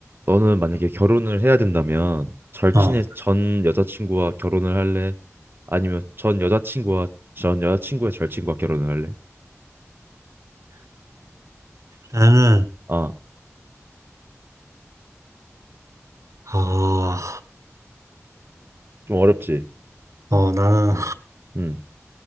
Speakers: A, on the right (about 45°); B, on the right (about 80°).
A: 너는 만약에 결혼을 해야 된다면 절친의
B: 어,
A: 전 여자친구와 결혼을 할래? 아니면 전 여자친구와 전 여자친구의 절친과 결혼을 할래?
B: 나는,
A: 아,
B: 아,
A: 좀 어렵지.
B: 어, 나는
A: 어. 음,